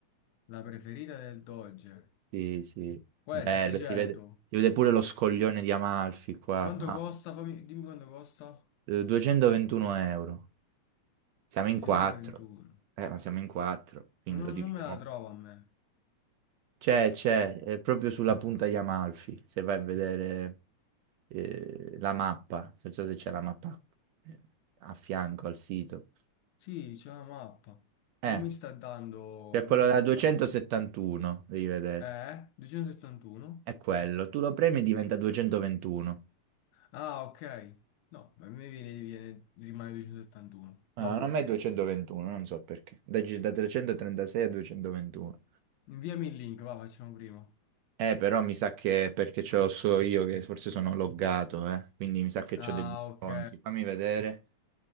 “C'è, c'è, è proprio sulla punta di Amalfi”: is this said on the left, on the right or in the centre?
Right